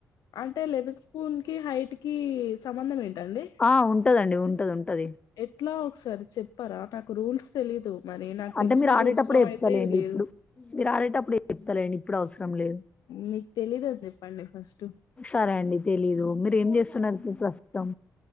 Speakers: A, on the left (about 75°); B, on the left (about 20°).
A: అంటే లెమన్ స్పూన్ కి హైట్ కి సంబంధం ఏంటండి
B: ఆ! ఉంటదండి. ఉంటది. ఉంటది.
A: ఎట్లా ఒకసారి చెప్ పరా నాకు రూల్స్ తెలీదు మరి నాకు
B: అంటే
A: తెలిసిన
B: మీరు ఆడేటప్పుడు
A: రూల్స్ లో
B: చెప్తలేండి
A: అయితే ఇది లేదు
B: ఇప్పుడు మీరు ఆడేటప్పుడు చెప్తాండి ఇప్పుడు అవసరం లేదు.
A: మీకు తెలీదని చెప్పండి ఫస్ట్
B: సరే అండి తెలీదు మీరేం చేస్తున్నారు ఇప్పుడు ప్రస్తుతం?